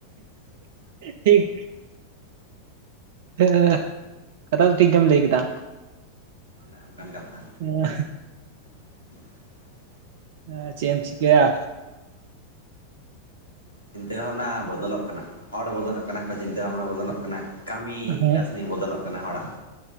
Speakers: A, on the right; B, on the right.
A: ᱴᱷᱤᱠ᱾ ᱦᱮᱸ ᱠᱟᱛᱷᱟ ᱫᱚ ᱴᱷᱤᱠ ᱜᱮᱢ ᱞᱟᱹᱭ ᱠᱮᱫᱟ᱾
B: ᱚᱱᱮ ᱚᱱᱠᱟᱱ ᱠᱟᱛᱷᱟ᱾
A: ᱦ <unintelligible>
B: <inaudible>
A: ᱟ ᱪᱮᱜ ᱮᱢ ᱪᱤᱠᱟᱹᱭᱟ᱾
B: ᱪᱤᱱᱛᱟᱹ ᱵᱷᱟᱵᱱᱟ ᱵᱚᱫᱚᱞᱚᱜ ᱠᱟᱱᱟ ᱦᱚᱲ ᱵᱚᱫᱚᱞᱚᱜ ᱠᱟᱱᱟ ᱠᱚ ᱪᱤᱱᱛᱟᱹ ᱵᱷᱟᱵᱱᱟ ᱵᱚᱫᱚᱞᱚᱜ ᱠᱟᱱᱟ᱾ ᱠᱟᱹᱢᱤ
A: ᱦᱮᱸ
B: ᱠᱟᱹᱥᱱᱤ ᱵᱚᱫᱚᱞᱚᱜ ᱠᱟᱱᱟ ᱦᱚᱲᱟᱜ᱾